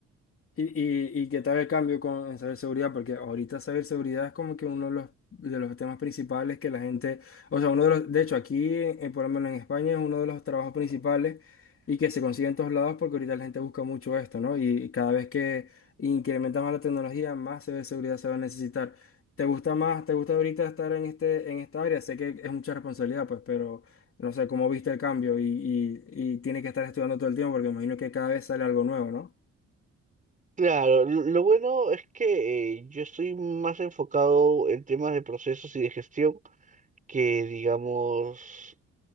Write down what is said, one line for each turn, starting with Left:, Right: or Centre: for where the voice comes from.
Left: ¿Y, y, y qué tal el cambio con, en ciberseguridad? Porque ahorita ciberseguridad es como que uno de los, de los temas principales que la gente, o sea, uno de los, de hecho aquí, eh, por lo menos en España, es uno de los trabajos principales y que se consigue en todos lados porque ahorita la gente busca mucho esto, ¿no? Y cada vez que incrementa más la tecnología, más ciberseguridad se va a necesitar. ¿Te gusta más, te gusta ahorita estar en este, en esta área? Sé que es mucha responsabilidad, pues, pero no sé cómo viste el cambio y, y, y tienes que estar estudiando todo el tiempo porque me imagino que cada vez sale algo nuevo, ¿no?
Right: Claro, lo lo bueno es que eh, yo estoy más enfocado en temas de procesos y de gestión que digamos